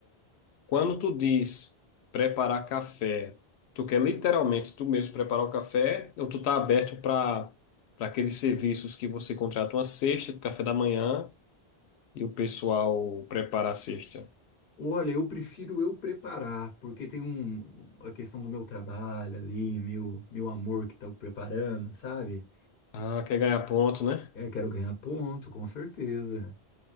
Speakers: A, on the left (about 85°); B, on the left (about 60°).
A: quando tu diz preparar café, tu quer literalmente tu mesmo preparar o café ou tu tá aberto para para aqueles serviços que você contrata uma cesta de café da manhã e o pessoal prepara a cesta?
B: Olha, eu prefiro eu preparar, porque tem um, a questão do meu trabalho ali, meu, meu amor que tá preparando, sabe?
A: Ah, quer ganhar ponto, né?
B: Eu quero ganhar ponto, com certeza.